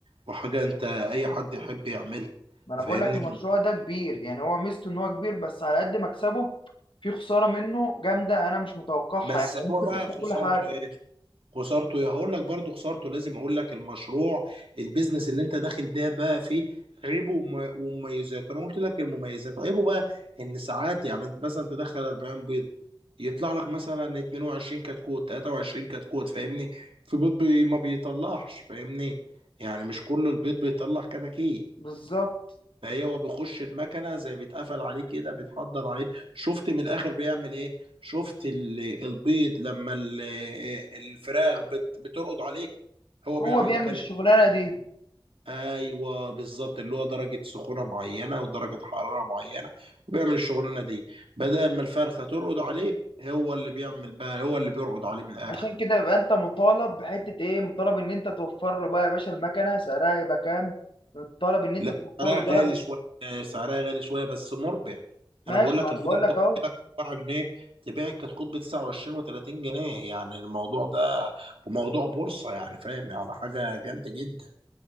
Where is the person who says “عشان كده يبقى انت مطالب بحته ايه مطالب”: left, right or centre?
Left